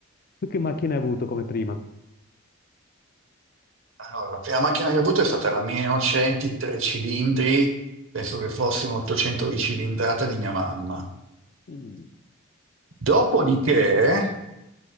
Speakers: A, on the left; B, on the right.
A: Tu che macchina hai avuto come prima?
B: Allora, la prima macchina che ho avuto è stata la 1900, tre cilindri, penso che fosse un 800 di cilindrata di mia mamma.
A: Mm.
B: Dopodiché